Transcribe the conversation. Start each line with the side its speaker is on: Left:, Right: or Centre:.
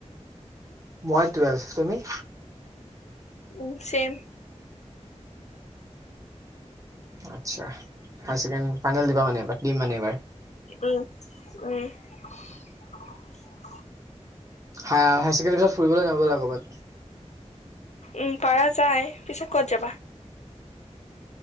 Right: মই টুৱেল্ভ তুমি?
Left: উম চেম।
Right: আচ্ছা, হায়াৰ চেকেন। ফাইনেল দিবা মানে এইবাৰ দিম মানে এবাৰ
Left: উম, <inaudible>
Right: হাই হাই চেকেণ্ডৰী পিছত ফুৰিবলে যাওঁ বলা কবাত।
Left: উম পাৰা যায় পিছে ক'ত যাবা?